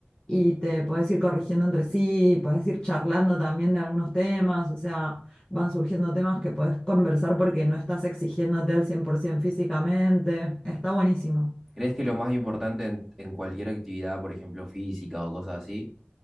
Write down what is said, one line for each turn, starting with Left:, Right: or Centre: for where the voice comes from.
Left: y te podés ir corrigiendo entre sí, podés ir charlando también de algunos temas, o sea, van surgiendo temas que podés conversar porque no estás exigiéndote al 100% físicamente, está buenísimo.
Centre: ¿Crees que lo más importante en, en cualquier actividad, por ejemplo, física o cosas así,